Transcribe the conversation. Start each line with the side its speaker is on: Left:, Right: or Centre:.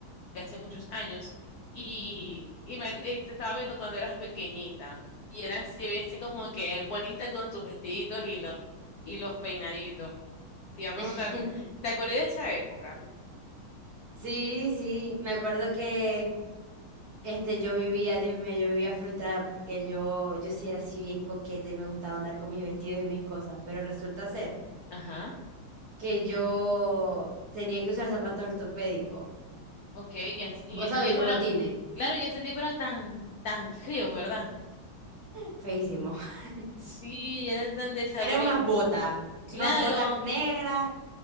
Left: de hace muchos años? Y, y me y te estaba viendo cuando eras pequeñita. Y eras te veías así como que bonita con tus vestiditos y los, y los peinaditos. Te iba a preguntar,
Right: <laughs>
Left: ¿te acordé de esa época?
Right: Sí, sí. Me acuerdo que este yo vivía, Dios mío, yo vivía frustrada porque yo, yo sí era así bien coqueta y me gustaba andar con mis vestidos y mis cosas. Pero resulta ser
Left: ajá
Right: que yo tenía que usar zapatos ortopédicos.
Left: Ok, y en, y
Right: ¿Vos
Left: en ese
Right: sabés
Left: tiempo
Right: los
Left: eran,
Right: botines?
Left: claro, y en ese tiempo eran tan, tan feos, ¿verdad?
Right: Feísimo. <laughs>
Left: Sí, eran tan desabridos.
Right: Eran unas botas.
Left: Claro.
Right: Unas botas negras.